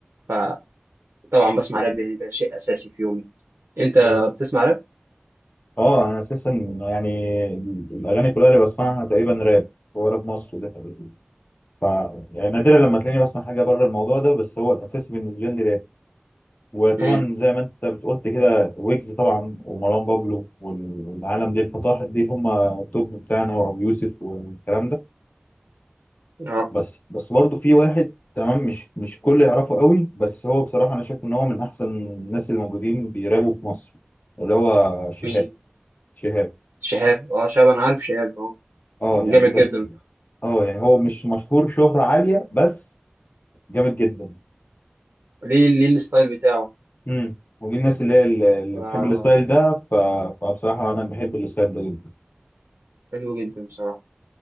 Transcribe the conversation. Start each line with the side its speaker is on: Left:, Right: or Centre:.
Right: فطبعا بسمع راب يعني ده شيء اساسي في يومي انت
Left: ايوه
Right: بتسمع راب؟
Left: اه انا اساسا يعني ال- الاغاني كلها اللي بسمعها تقريبا راب هو راب مصر ده حقيقي. ف يعني نادرا لما تلاقيني بسمع حاجه بره الموضوع ده بس هو الاساسي بالنسبه لي راب وطبعا
Right: امم
Left: زي ما انت بتقولت كده ويجز طبعا ومروان بابلو وال- والعالم دي الفطاحل دي هم التوب بتاعنا وابو يوسف والكلام ده
Right: اه
Left: بس بس برضه في واحد تمام مش مش كل يعرفه قوي بس هو بصراحة أنا شايف إن هو من أحسن الناس اللي موجودين بيرابوا في مصر اللي هو شهاب
Right: مين؟
Left: شهاب
Right: شهاب اه شهاب انا عارف شهاب اه
Left: أه
Right: جامد
Left: يعني ده
Right: جدا
Left: أه يعني هو مش مشهور شهرة عالية بس جامد جدا
Right: ليه ليه الستايل بتاعه
Left: امم ودي الناس اللي هي اللي اللي
Right: ف-
Left: بتحب الستايل ده ف... فبصراحة أنا بحب الستايل ده جدا
Right: حلو جدا بصراحة